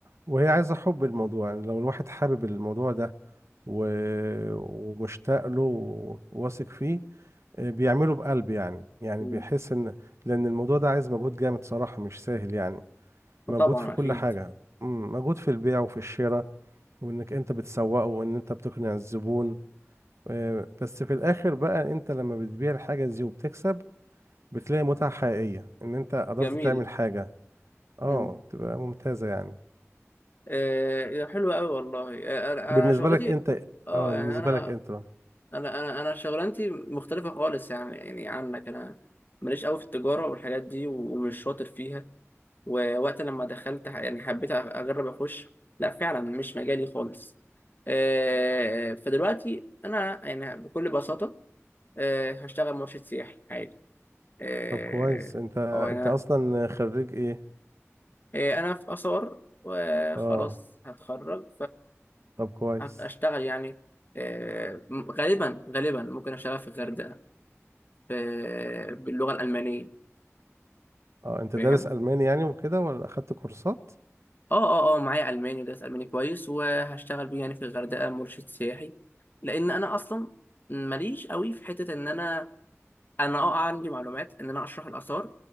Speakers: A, on the right; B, on the left.
A: وهي عايزة حب الموضوع يعني لو الواحد حابب الموضوع ده و... ومشتاق له وواثق فيه آه، بيعمله بقلب يعني يعني
B: مم.
A: بيحس ان لان الموضوع ده عايز مجهود جامد صراحة مش سهل يعني
B: فطبعا
A: مجهود في كل
B: أكيد
A: حاجة مم، مجهود في البيع وفي الشراء وانك انت بتسوقه وان انت بتقنع الزبون آه، بس في الاخر بقى انت لما بتبيع الحاجة دي وبتكسب بتلاقي متعة حقيقية ان انت قدرت
B: جميل
A: تعمل حاجة اه
B: مم.
A: تبقى ممتازة يعني
B: آه، حلو أوي والله آه، أنا
A: بالنسبة
B: أنا شغلتي
A: لك انت
B: اه
A: اه
B: يعني
A: بالنسبة
B: انا
A: لك انت بقى.
B: انا انا انا شغلانتي مختلفه خالص يعني يعني عنك انا ماليش قوي في التجاره والحاجات دي و- ومش شاطر فيها ووقت لما دخلت ح- يعني حبيت أ- اجرب اخش لا فعلا مش مجالي خالص آه، فدلوقتي انا يعني بكل بساطه آه، هشتغل مرشد سياحي عادي آه،
A: طب كويس انت
B: او انا
A: انت اصلا خريج ايه
B: آه، انا في اثار وخلاص
A: اه
B: هتخرج
A: طب كويس
B: فهشتغل يعني آه، غالبا غالبا ممكن اشتغل في الغردقه ب- باللغة الألمانية
A: اه انت
B: فاهم
A: دارس الماني يعني وكده ولا اخدت كورسات
B: اه اه اه معايا ألماني ودرس ألماني كويس وهشتغل بيه يعني في الغردقة مرشد سياحي لأن أنا أصلا ماليش قوي في حتة إن أنا أنا اه آه، عندي معلومات إن أنا أشرح الآثار